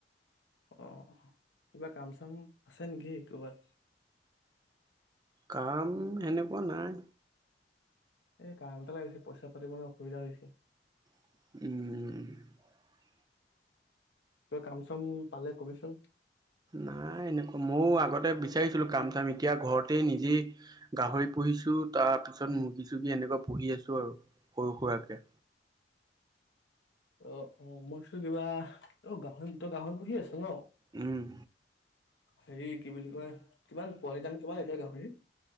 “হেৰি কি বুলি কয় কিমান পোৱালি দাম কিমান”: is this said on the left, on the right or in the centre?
Left